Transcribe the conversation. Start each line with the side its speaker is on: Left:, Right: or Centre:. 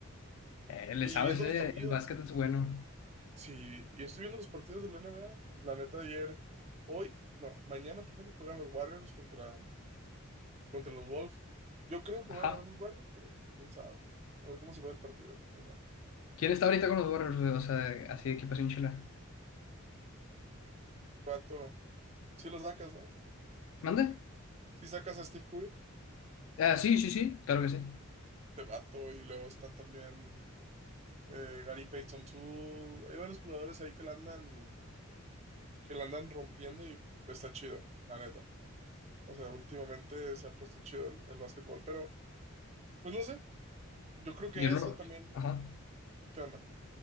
Left: Eh, le
Right: Y
Left: sabes,
Right: viendo
Left: eh,
Right: los partidos.
Left: el básquet es bueno.
Right: Sí, y estoy viendo los partidos de la N B A La neta, ayer, hoy, no, mañana, perdón, juegan los Warriors contra, contra los Wolves. Yo creo que
Left: Ajá.
Right: van a ganar los Warriors, pero quién sabe. A ver cómo se va el partido mañana.
Left: ¿Quién está ahorita con los Warriors, güey? O sea, de- así de equipación chila.
Right: Vato, si lo sacas, ¿no?
Left: ¿Mande?
Right: si sacas a Steve Curry.
Left: Ah, sí, sí, sí, claro que sí.
Right: este vato, y luego está también eh, Gary Payton 2. Hay varios jugadores ahí que la andan, que la andan rompiendo y está chido, la neta. O sea, últimamente se ha puesto chido el, el básquetbol, pero pues no sé, yo creo que
Left: Yo no
Right: eso
Left: lo...
Right: también,
Left: Ajá.
Right: ¿qué onda?